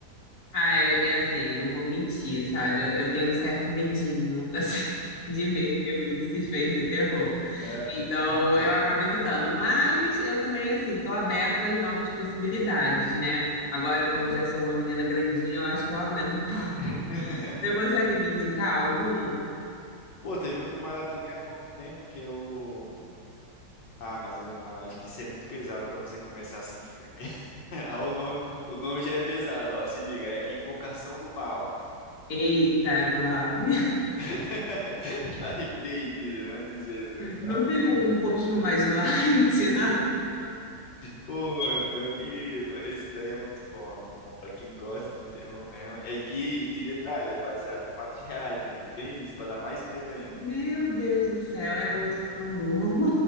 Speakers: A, on the left; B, on the left.
A: Ah, é, é assim, não vou mentir, sabe? Eu, eu tenho um certo medinho, <laughs> assim, de ver filme de suspense e terror.
B: É.
A: Então, eu acabo evitando, mas eu também, assim, tô aberta às novas possibilidades, né? Agora, como
B: Uhum.
A: eu já sou uma menina grandinha, eu acho que eu aguento um <laughs> pouco.
B: <laughs>
A: Você consegue me indicar algum?
B: Pô, teve um que eu maratonei há pouco tempo, que é o. Ah, mas eu não, acho que isso é muito pesado pra você começar assim de primeira. <laughs> Ah, o nome, o nome já é pesado, ó. Se liga, é Invocação do Mal.
A: Eita, Glória.
B: <laughs> Tá repreendido, em nome de Jesus.
A: Não tem um, um pouquinho mais light, <laughs> não?
B: Pô, mano, pior que isso. Esse daí é muito bom, é muito bom pra quem gosta de terror mesmo. É que, e detalhe, é baseado em fatos reais ainda. Tem isso, pra dar mais medo ainda.
A: Meu Deus do céu, é hoje que eu não durmo.